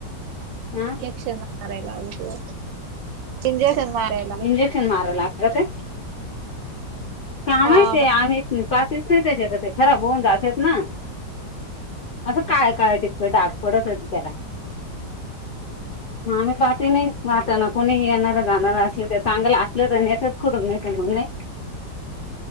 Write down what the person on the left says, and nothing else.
हा
इंजेक्शन माराय लागतंय का
माहित आहे आम्ही <unintelligible> नाही त्याच्यात ते खराब होऊन जातेत ना असं काळ काळ टिपक डाग पडत होती त्याला मग आम्ही जात नाही म जाताना कोणी येणारा जाणारा असले तर चांगला असले तर न्हेतात खुडून नाही तर म नाही